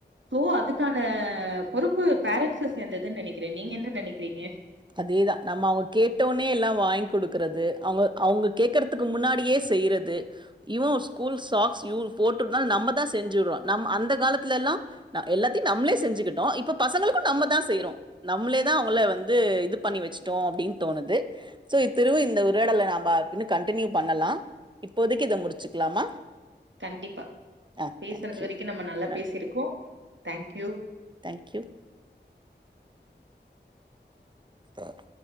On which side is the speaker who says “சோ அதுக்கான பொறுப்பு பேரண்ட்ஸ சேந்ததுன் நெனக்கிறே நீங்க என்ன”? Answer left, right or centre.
Right